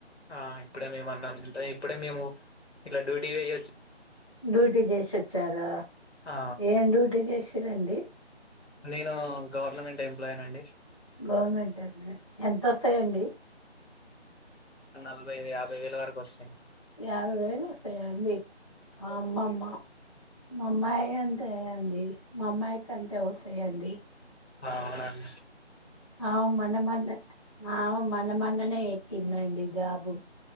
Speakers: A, on the left; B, on the left.
A: ఆ ఇప్పుడే మేము అన్నం తింటాం ఇప్పుడే మేము, ఇట్ల డ్యూటీ వొయ్
B: డ్యూటీ చేసోచ్చారా,
A: ఆ
B: ఏం డ్యూటీ చేసి రండి
A: నేను గవర్నమెంట్ ఎంప్లాయ్ నండి.
B: గవర్నమెంటేనె ఎంతొస్సయండి.
A: ఆ నల్బైవే యాబైవేల వరకొస్తాయ్.
B: యాబైవేలొస్తయా అండి
A: ఆ
B: అమ్మమ్మ. మమ్మాయి అంతే అండి మా అమ్మాయ్కి అంతే వస్తయండి.
A: అ ఔనండి
B: ఆవ్ మన్న మన్నే ఆవ్ మన్న మన్ననే. కిన్నండి జాబు.